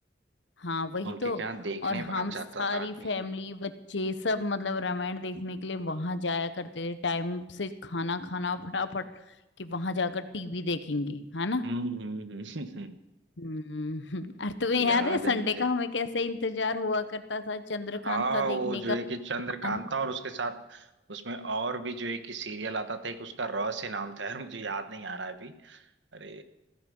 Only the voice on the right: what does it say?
उनके
क्या देखने
भाग जाता
था आदमी
हम्म हम्म हम्म,
<laughs> याद
है मुझे
हाँ
वो जो
है कि चंद्रकांता और उसके साथ उसमें और भी जो है कि सीरियल आता था एक उसका र से नाम था यार मुझे याद नहीं आ रहा है अभी अरे